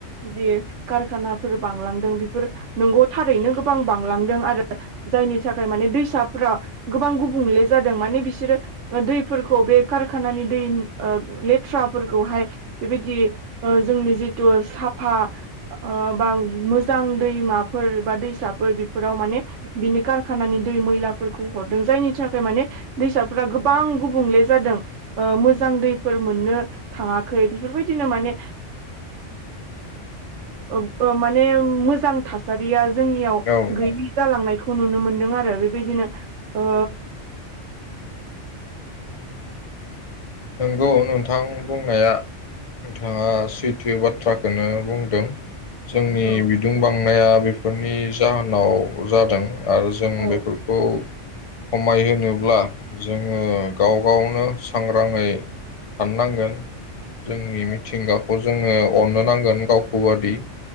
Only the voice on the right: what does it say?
जे कारखानाफोर बांलांदों बेफोर नंगौ थारैनो गोबां बांलांदों आरो जायनि थाखाय माने दैसाफोरा गोबां गुबुंले जादों माने बिसोरो दैफोरखौ बे कारखानानि दै लेथ्रा फोरखौहाय बेबायदि जोंनि जिथु साफा आ बा मोजां दैमाफोर बा दैसाफोर बेफोराव माने बिनि कारखानानि दै मैलाफोरखौ हरदों जायनि थाखाय माने दैसाफोरा गोबां गुबुंले जादों मोजां दैफोर मोननो थाङाखै बेफोरबायदिनो माने ओ माने मोजां थासारिया जोंनियाव
गैयि
जालांनायखौ खौ नुनो मोनदों आरो बेबायदिनो ओ
औ
औ